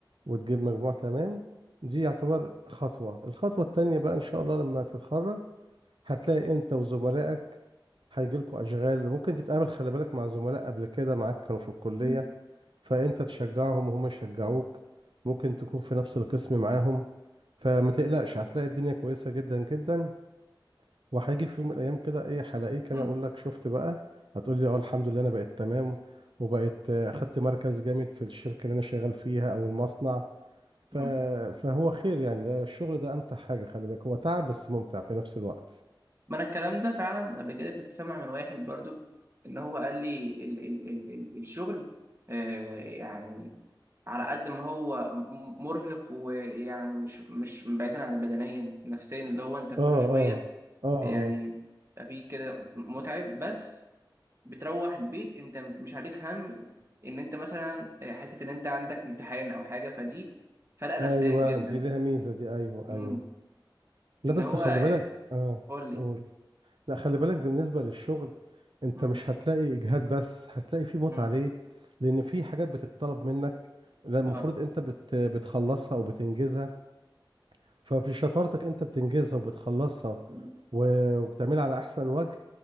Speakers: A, on the right (about 80°); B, on the right (about 35°).
A: وتجيب مجموع تمام دي يعتبر خطوة الخطوة التانية بقى ان شاء الله لما تتخرج هتلاقي انت وزملائك هيجيلكوا اشغال ممكن تتقابل خلي بالك مع زملاء قبل كده معاك كانوا في الكلية
B: مم.
A: فانت تشجعهم وهم يشجعوك ممكن تكون في نفس القسم معاهم فما تقلقش هتلاقي الدنيا كويسة جدا جدا وهيجي في يوم من الايام كده ايه هلاقيك
B: مم.
A: انا اقول لك شفت بقى هتقول لي اه الحمد لله انا بقيت تمام وبقيت آه، اخدت مركز جامد في الشركه اللي انا شغال فيها او المصنع ف...
B: مم.
A: فهو خير يعني ده الشغل ده امتع حاجه خلي بالك هو تعب بس ممتع في نفس الوقت
B: ما انا الكلام ده فعلا قبل كده كنت سامع من واحد برضو ان هو قال لي ال ال ال ال الشغل آه يعني على قد ما هو م- مرهق ويعني مش مش بعيدا عن بدنيا نفسيا اللي هو انت كل
A: اه
B: شوية
A: اه اه
B: يعني
A: اه
B: بيبقى فيه كده متعب بس بتروح البيت انت مش عليك هم ان انت مثلا آه، حتة ان انت عندك امتحان او حاجة فدي فرقة نفسيا
A: ايوه
B: جدا
A: دي ليها ميزه دي ايوه
B: مم.
A: ايوه لا
B: ان
A: بس
B: هو
A: خلي
B: آه،
A: بالك اه
B: قول لي
A: قول لا خلي بالك بالنسبة للشغل انت
B: مم.
A: مش هتلاقي اجهاد بس هتلاقي فيه متعة
B: مم.
A: ليه لان في حاجات بتتطلب منك لا المفروض
B: اه
A: انت بت بتخلصها او بتنجزها فبشطارتك انت بتنجزها وبتخلصها
B: مم.
A: و- وبتعملها على احسن وجه